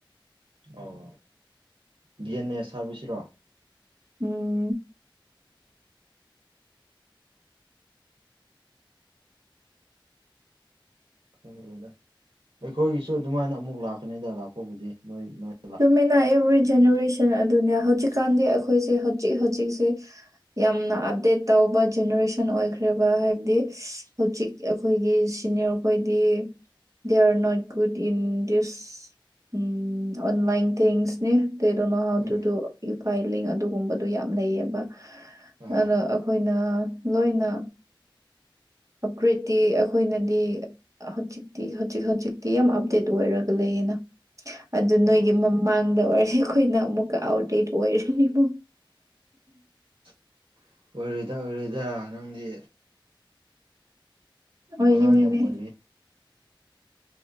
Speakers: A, on the right; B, on the right.
A: ꯑꯧ ꯗꯤ ꯑꯦꯟ ꯑꯦꯁ ꯍꯥꯏꯕꯁꯤꯔꯣ
B: ꯎꯝ
A: ꯈꯪꯗꯦꯗ ꯑꯩꯈꯣꯏꯒꯤꯁꯨ ꯑꯗꯨꯃꯥꯏꯅ ꯑꯃꯨꯛ ꯂꯥꯛꯀꯅꯤꯗ ꯂꯥꯛꯄꯕꯨꯗꯤ ꯅꯣꯏ ꯅꯥ
B: ꯆꯨꯝꯃꯤꯅ ꯑꯦꯕ꯭ꯔꯤ ꯖꯦꯅꯦꯔꯦꯁꯟ ꯑꯗꯨꯅꯦ ꯍꯧꯖꯤꯛꯀꯥꯟꯗꯤ ꯑꯩꯈꯣꯏꯁꯦ ꯍꯧꯖꯤꯛ ꯍꯧꯖꯤꯛꯁꯦ ꯌꯥꯝꯅ ꯑꯞꯗꯦꯠ ꯇꯧꯕ ꯖꯦꯅꯔꯦꯁꯟ ꯑꯣꯏꯈ꯭ꯔꯦ ꯄꯔꯕ ꯍꯥꯏꯕꯗꯤ ꯍꯧꯖꯤꯛ ꯑꯩꯈꯣꯏꯒꯤ ꯁꯤꯅꯤꯌꯔ ꯑꯈꯣꯏꯗꯤ they are not good in this um online ꯊꯤꯡꯁꯅꯦ they don't know how
A: um
B: to do ꯏꯐꯥꯏꯂꯤꯡ ꯑꯗꯨꯒꯨꯝꯕꯗꯣ ꯌꯥꯝ ꯂꯩꯌꯦꯕ
A: ꯑꯥ
B: ꯑꯗꯣ ꯑꯩꯈꯣꯏꯅ ꯂꯣꯏꯅ ꯑꯞꯒꯔꯦꯠꯇꯤ ꯑꯩꯈꯣꯏꯅꯗꯤ ꯍꯧꯖꯤꯛꯇꯤ ꯍꯧꯖꯤꯛ ꯍꯧꯖꯤꯛꯇꯤ ꯌꯥꯝ ꯑꯞꯗꯦꯠ ꯑꯣꯏꯔꯒ ꯂꯩꯌꯦꯅ ꯑꯗꯨ ꯅꯣꯏꯒꯤ
A: ꯑꯥ
B: ꯃꯥꯡꯗ ꯑꯣꯏꯔꯗꯤ ꯑꯩꯈꯣꯏꯅ ꯑꯃꯨꯛꯀ ꯑꯥꯎꯠꯦꯠ ꯑꯣꯏꯔꯅꯤꯕꯣ
A: <inaudible> ꯑꯣꯏꯔꯣꯏꯗ ꯑꯣꯏꯔꯣꯏꯗ ꯅꯪꯗꯤ
B: ꯑꯣꯏꯒꯅꯤꯅꯦ
A: ꯑꯉꯥꯡ ꯌꯥꯝ ꯑꯣꯏꯔꯤ